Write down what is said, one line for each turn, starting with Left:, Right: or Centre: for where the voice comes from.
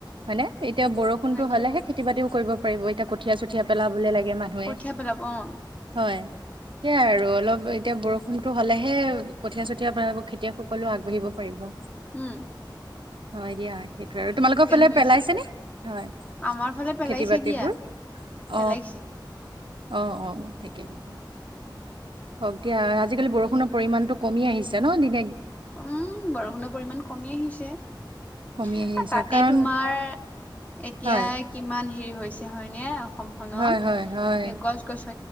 Right: হয় নে? এতিয়া বৰষুণতো
Left: হয় দিয়া।
Right: হ'লেহে খেতি বাতিও কৰিব পাৰিব এতিয়া কঠীয়া চঠিয়া পেলাবলৈ লাগে। মানুহে
Left: পঠিয়া পেলাব অ।
Right: হয়। সেইয়াই আৰু অলপ এতিয়া বৰষুণতো হলেহে কঠীয়া চঠিয়া খেতিয়কসকলো আগবাঢ়িব পাৰিব।
Left: হম।
Right: হয় দিয়া, সেইটো আৰু তোমালোকৰ ফালে
Left: হৈছে।
Right: পেলাইছে নে হয়।
Left: আমাৰ ফালে পেলাইছে
Right: খেতি বাতিবোৰ
Left: দিয়া।
Right: অ
Left: পেলাইছে।
Right: অ অ ঠিকে ঠিকে। হওক দিয়া, আজিকালি বৰষুণৰ পৰিমাণতটো কমি আহিছে ন দি
Left: উম বৰষুণৰ পৰিমান কমি আহিছে।।
Right: কমি আহি আছে
Left: তাতে
Right: কাৰণ
Left: তোমাৰ এতিয়া
Right: হয়
Left: কিমান হেৰি। হৈছে হয়নে, অসমখনত
Right: হয় হয় হয়
Left: এতিয়া গছ গছনি।